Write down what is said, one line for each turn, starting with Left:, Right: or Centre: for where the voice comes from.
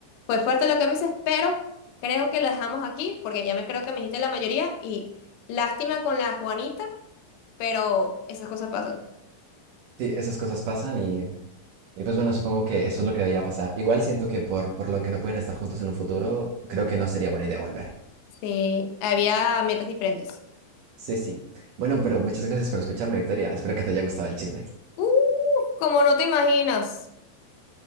Left: Fue fuerte lo que me dices, pero creo que lo dejamos aquí porque ya me creo que me dijiste la mayoría y lástima con la Juanita, pero esas cosas pasan.
Right: Sí, esas cosas pasan y, y pues bueno, supongo que eso es lo que debía pasar. Igual siento que por, por lo que no pueden estar juntos en un futuro, creo que no sería buena idea volver.
Left: Sí, había metas diferentes.
Right: Sí, sí. Bueno, pero muchas gracias por escucharme, Victoria. Espero que te haya gustado el chisme.
Left: ¡Uh! Como no te imaginas.